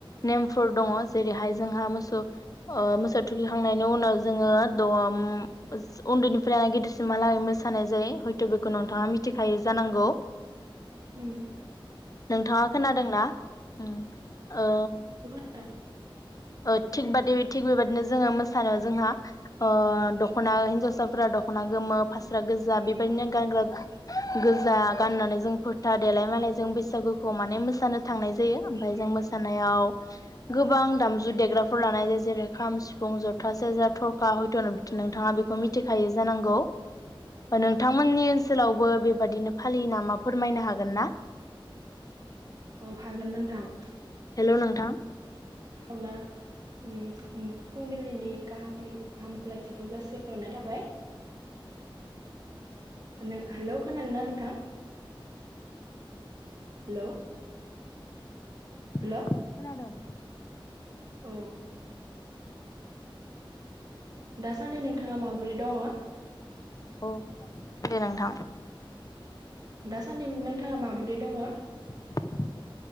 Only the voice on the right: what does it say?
उम
<unintelligible>
औ हागोन नोंथां।
खावना उम उम फुंबिलिनि गाहाम हामलायथिखौ जासिरनाय थाबाय। हेनो हेलौ खोनादों ना नोंथां हेलौ हेलौ
औ दासान्दि नोंथाङा माबोरै दङ
दासान्दि नोंथाङा माबोरै दङ